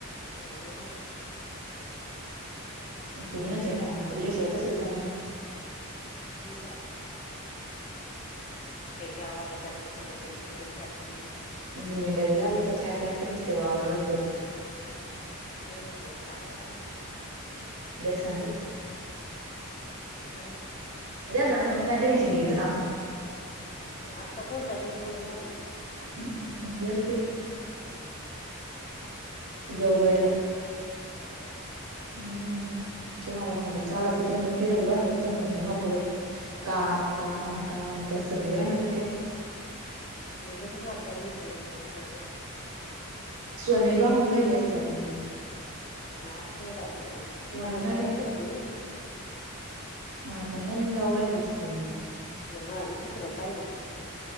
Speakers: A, on the left; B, on the right.
A: मण
B: फुगणच आहे ना. फुगल्याशिवाय कसं जमन
A: हो ते काय काही गावाला जा कुढं काही कुठे जात नाही.
B: येंडावी लागत काय करते नसते वावरालाच धरून
A: कणच बर सांगालागे तुला
B: दया सांगू.
A: हम्.
B: द्या सांग काय टेन्शिंग घेेत काग
A: हम् आता कोणता देव करून आली.
B: हम् गलती देवगडला
A: हो होता.
B: हम्म तुम्हाला म्हणलं
A: मी
B: चाला तर तुम्ही तिडच बसत त म्हणता नको बाई काम काम काम काय संग येणारी काय
A: दडंद अंद येईल दड
B: स्वनई बाम निभहिले असते आपण
A: हा तेवढा आहे पण देवगडला
B: मग नवी
A: जाईल होती.
B: हा कन्णवीन गा उघायला असतं.
A: हा दुसरं पाहिला असतं.